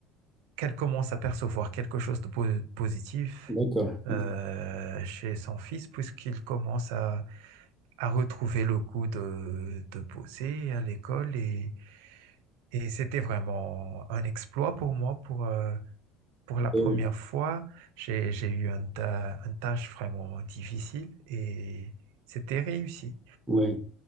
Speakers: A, on the right (about 80°); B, in the centre.
A: qu'elle commence à percevoir quelque chose de po- positif
B: d'accord
A: euh,
B: d'accord.
A: chez son fils puisqu'il commence à, à retrouver le goût de, de bosser à l'école et, et c'était vraiment un exploit pour moi. Pour, euh, pour la première
B: Et-
A: fois, j'ai, j'ai eu un, ta- une tâche vraiment difficile et c'était réussi.
B: oui